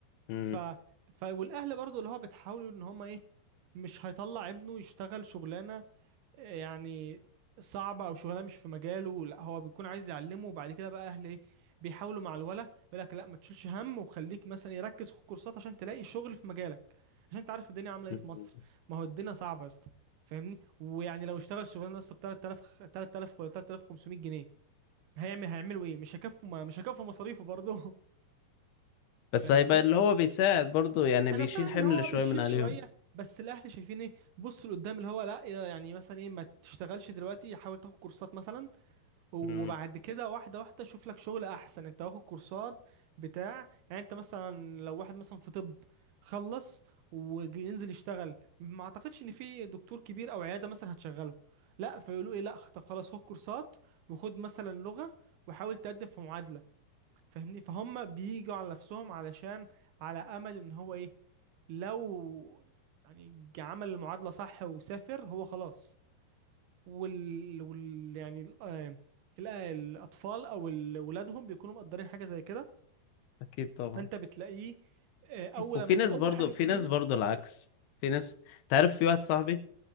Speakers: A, on the left; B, on the right.
A: مم.
B: ف... ف والاهل برضو اللي هو بتحاولوا ان هم ايه مش هيطلع ابنه يشتغل شغلانه آه، يعني صعبه او شغلانه مش في مجاله لا هو بيكون عايز يعلمه وبعد كده بقى اهل ايه بيحاولوا مع الولا يقول لك لا ما تشيلش هم وخليك مثلا يركز في الكورسات عشان تلاقي شغل في مجالك عشان انت عارف الدنيا عامله ايه
A: مم.
B: في مصر ما هو الدنيا صعبه يا اسطى فاهمني ويعني لو اشتغل شغلانه اصلا ب 3000 3000 ولا 3500 جنيه هيعمل هيعملوا ايه مش هيكفوا مش هيكفوا مصاريفه برضه
A: بس
B: <laughs> فاهمني
A: هيبقى اللي هو بيساعد برضه يعني بيشيل
B: انا فاهم
A: حمل
B: اللي هو
A: شوية
B: آه بيشيل
A: من عليهم
B: شويه بس الاهل شايفين ايه بص لقدام اللي هو لا يعني مثلا ايه ما تشتغلش دلوقتي حاول تاخد كورسات مثلا وبعد
A: مم.
B: كده واحده واحده شوف لك شغل احسن انت واخد كورسات بتاع يعني انت مثلا لو واحد مثلا في طب خلص وينزل يشتغل ما اعتقدش ان في دكتور كبير او عياده مثلا هتشغله لا فيقولوا ايه لا طب خلاص خد كورسات وخد مثلا لغه وحاول تقدم في معادله فاهمني فهم بيجوا على نفسهم علشان على امل ان هو ايه لو يعني عمل المعادله صح وسافر هو خلاص وال, وال... يعني ال... آه، ال- آه، الاطفال او ال- ولادهم بيكونوا مقدرين حاجه زي كده
A: أكيد طبعا
B: فانت بتلاقيه آه، اول
A: وفي ناس
B: أم- اول
A: برضه
B: حاجه
A: في
B: بيعملها
A: ناس برضه العكس في ناس تعرف في واحد صاحبي